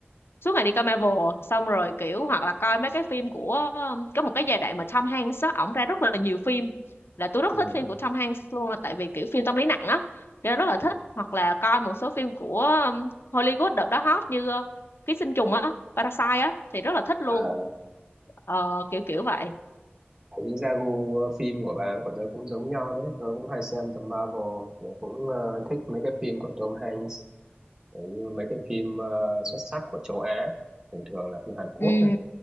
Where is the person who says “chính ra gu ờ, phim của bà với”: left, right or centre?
Right